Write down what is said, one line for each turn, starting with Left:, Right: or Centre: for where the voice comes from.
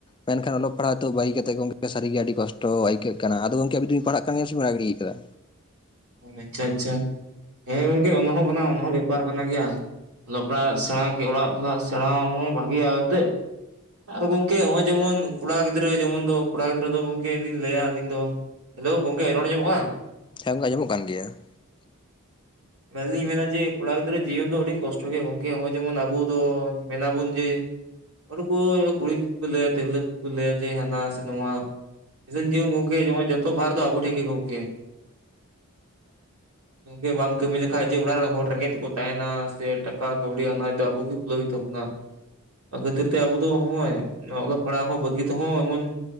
Left: ᱢᱮᱱᱠᱷᱟᱱ ᱚᱞᱚᱜ ᱯᱟᱲᱦᱟᱜ ᱛᱚ ᱵᱟᱹᱜᱤ ᱠᱟᱛᱮᱫ <inaudible> ᱥᱟᱹᱨᱤ ᱜᱮ ᱟᱹᱰᱤ ᱠᱚᱥᱴᱚ ᱟᱹᱭᱠᱟᱹᱜ ᱠᱟᱱᱟ ᱟᱫᱚ ᱜᱚᱢᱠᱮ ᱟᱵᱤᱱ ᱫᱚᱤᱱ ᱯᱟᱲᱦᱟᱜ ᱠᱟᱱ ᱜᱮᱭᱟ ᱥᱮᱵᱤᱱ ᱟᱲᱟᱜ ᱜᱤᱰᱤ ᱟᱠᱟᱫᱟ
Right: ᱚ ᱟᱪᱪᱷᱟ ᱟᱪᱪᱷᱟ ᱦᱮᱸ ᱜᱚᱝᱠᱮ ᱚᱱᱟ ᱦᱚᱸ ᱠᱟᱱᱟ ᱚᱱᱟ ᱦᱚᱸ ᱵᱮᱯᱟᱨ ᱠᱟᱱᱟ ᱜᱮᱭᱟ ᱚᱞᱚᱜᱯᱟᱲᱟᱜ ᱥᱮᱬᱟ ᱠᱮ ᱚᱲᱟᱜ ᱯᱟᱲᱦᱟᱜ ᱥᱮᱬᱟ ᱦᱚᱸ ᱵᱷᱟᱜᱮᱭᱟ ᱮᱛᱮᱫ <unintelligible> ᱟᱨ ᱜᱚᱝᱠᱮ ᱱᱚᱜᱚᱭ ᱡᱮᱢᱚᱱ ᱠᱚᱲᱟ ᱜᱤᱫᱽᱨᱟᱹ ᱡᱮᱢᱚᱱ ᱫᱚ ᱠᱚᱲᱟ ᱜᱤᱫᱽᱨᱟᱹ ᱫᱚ ᱜᱚᱝᱠᱮ ᱞᱤᱧ ᱞᱟᱹᱭᱟ ᱟᱞᱤᱧ ᱫᱚ ᱦᱮᱞᱳ ᱜᱚᱝᱠᱮ ᱨᱚᱲ ᱟᱸᱡᱚᱢᱚᱜ
Left: ᱦᱮᱸ ᱟᱸᱡᱚᱢᱚᱜ ᱠᱟᱱ ᱜᱮᱭᱟ ᱾
Right: ᱢᱮᱱᱫᱤᱧ ᱢᱮᱱᱟ ᱡᱮ ᱠᱚᱲᱟ ᱜᱤᱫᱽᱨᱟᱹ ᱡᱤᱭᱚᱱ ᱫᱚ ᱟᱹᱰᱤ ᱠᱚᱥᱴᱚ ᱜᱮ ᱜᱚᱝᱠᱮ ᱱᱚᱜ ᱚᱭ ᱡᱮᱢᱚᱱ ᱟᱵᱚ ᱫᱚ ᱢᱮᱱᱟᱵᱚᱱ ᱡᱮ ᱩᱱᱠᱩ ᱠᱩᱲᱤ ᱠᱚᱠᱚ ᱞᱟᱹᱭᱟ ᱛᱤᱨᱞᱟᱹ ᱠᱚᱠᱚ ᱞᱟᱹᱭᱟ ᱡᱮ ᱦᱟᱱᱟ ᱥᱮ ᱱᱚᱶᱟ ᱾ ᱜᱚᱢᱠᱮ ᱡᱮᱢᱚᱱ ᱡᱚᱛᱚ ᱵᱷᱟᱨ ᱫᱚ ᱟᱵᱚ ᱴᱷᱮᱱ ᱜᱮ ᱜᱚᱝᱠᱮ
Left: <unintelligible>
Right: ᱜᱚᱢᱠᱮ ᱵᱟᱢ ᱠᱟᱹᱢᱤ ᱞᱮᱠᱷᱟᱡ ᱡᱮ ᱚᱲᱟᱜ ᱨᱮᱱ ᱦᱚᱲ ᱨᱮᱸᱜᱮᱡ ᱛᱮᱠᱚ ᱛᱟᱦᱮᱱᱟ ᱥᱮ ᱴᱟᱠᱟ ᱠᱟᱹᱣᱰᱤ ᱟᱱᱟᱴ ᱫᱚ ᱟᱵᱚ ᱛᱟᱵᱚᱱᱟ ᱚᱱᱟ ᱠᱷᱟᱹᱤᱨ <inaudible> ᱟᱵᱚ ᱫᱚ ᱱᱚᱜ ᱚᱭ ᱚᱞᱚᱜ ᱯᱟᱲᱦᱟᱜ ᱦᱚᱸ ᱵᱟᱹᱜᱤ ᱛᱮᱦᱚᱸ ᱮᱢᱚᱱ